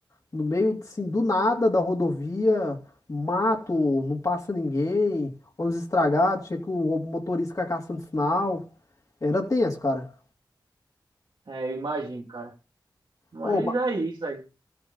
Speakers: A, on the left (about 45°); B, on the right (about 75°).
A: no meio, assim, do nada da rodovia, mato, não passa ninguém, ônibus estragado, tinha que o motorista ficar caçando sinal. Era tenso, cara.
B: é, eu imagino, cara. Mas
A: Ô, ma-
B: é isso, velho.